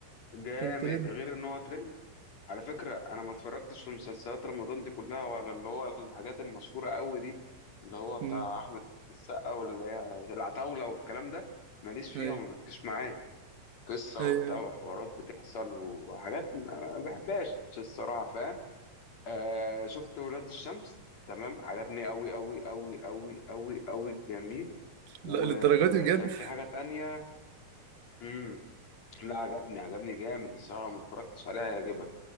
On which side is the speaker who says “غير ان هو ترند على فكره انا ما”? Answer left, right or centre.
Left